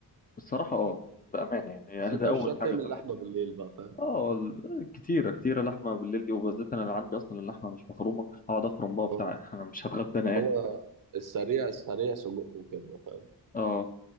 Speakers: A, on the left; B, on the right.
A: الصراحه اه بامانه يعني هي
B: بس
A: <laughs>
B: أنت
A: ده
B: مش
A: اول
B: شرط
A: حاجه
B: تعمل
A: طلعت
B: لحمة بالليل
A: يعني
B: بقى فاهم
A: اه ال- كتيره كتيره لحمه بالليل دي وبالذات انا اللي عندي اصلا اللحمه مش مفرومه هقعد افرم بقى بتاع
B: آه.
A: <laughs> انا مش هتغدى انا
B: هو
A: يعني
B: السريع السريع سجق وكبده فاهم
A: اه